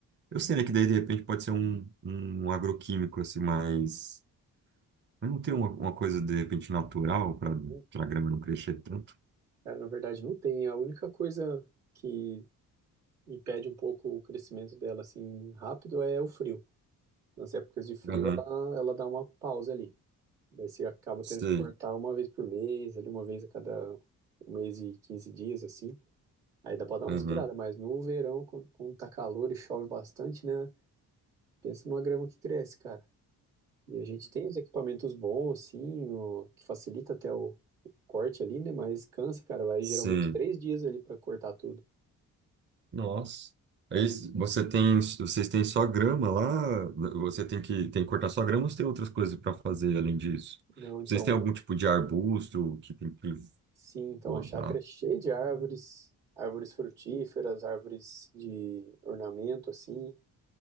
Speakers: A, on the right; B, on the right.
A: Eu sei, né, que daí de repente pode ser um, um agroquímico, assim, mas. Mas não tem uma, uma coisa de repente natural para
B: Então,
A: a grama não crescer tanto.
B: cara, na verdade não tem. A única coisa que impede um pouco o crescimento dela, assim, rápido é o frio. Nas épocas de frio,
A: Aham,
B: ela, ela dá uma pausa ali. Daí você acaba
A: sei.
B: tendo que cortar uma vez por mês, ali uma vez a cada um mês e 15 dias, assim. Aí dá pra dar uma
A: Aham,
B: respirada, mas no verão, quando, quando tá calor e chove bastante, né? Pensa numa grama que cresce, cara. E a gente tem os equipamentos bons, assim, o, que facilita até o, o corte ali, né? Mas cansa, cara. Vai
A: sim.
B: geralmente três dias ali pra cortar tudo.
A: Nossa. Aí você tem, vocês têm só grama lá? Você tem que, tem que cortar só grama ou você tem outras coisas para fazer além disso?
B: Não, então,
A: Vocês têm algum tipo de arbusto que tem que
B: sim, então
A: podar?
B: a chácara é cheia de árvores, árvores frutíferas, árvores de ornamento, assim,